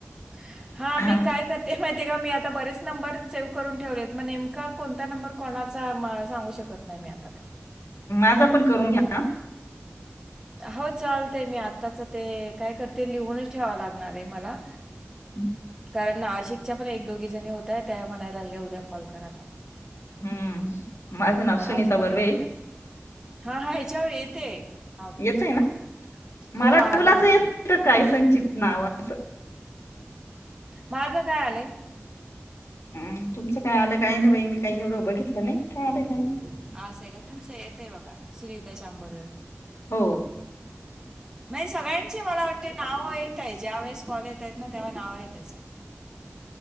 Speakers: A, on the right (about 15°); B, on the left (about 85°).
A: ह हा मी
B: हां,
A: काय करते माहितीय आहे का मी आता बरेच नंबर सेव्ह करून ठेवले आहेत मग नेमका कोणता नंबर कोणा सांगू शकत नाही मी आता
B: आज आपण करून घ्या ना
A: हो चालतय मी आताच ते काय करते लिहूनच ठेवा लागणार आहे मला
B: मला.
A: कारण नाशिकच्या पण एक दोघी जणी होतय त्या म्हणायला लागल्या उद्या कॉल करा कॉल करा
B: हम्म माझं नाव सुनीता
A: आज पण
B: बर्वे
A: म्हटलं हा हा ह्याच्यावर येते नाव तुमचं
B: येत ना मला
A: हो आलं
B: मुलांचे
A: होतं
B: येत सायसंचित नावा असते
A: माझं काय आलंय
B: हम तुमचं काय आलं काय ना बाई मी काही एवढं बघितलं नाही
A: असं
B: काय आलं काय
A: आहे का तुमचं येत आहे बघा सुनीता शाम बर्वे म्हणून
B: हो
A: म्हणजे सगळ्यांचे मला वाटते नाव येत आहे ज्या वेळेस कॉलेेत आहेत ना तेव्हा नावं येत